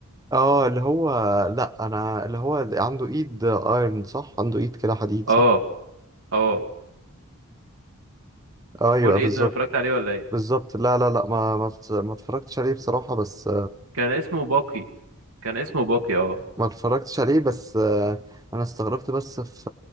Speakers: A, on the right; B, on the right.
A: اه اللي هو لا انا اللي هو اللي عنده ايد ايرون صح عنده ايد كده حديد
B: اه
A: صح
B: اه
A: ايوه
B: قول لي
A: بالظبط
B: ايه الدنيا اتفرجت عليه ولا ايه
A: بالظبط لا لا لا ما ما ما اتفرجتش عليه بصراحة بس
B: كان اسمه باقي كان اسمه باقي اه
A: ما اتفرجتش عليه بس آه، انا استغربت بس في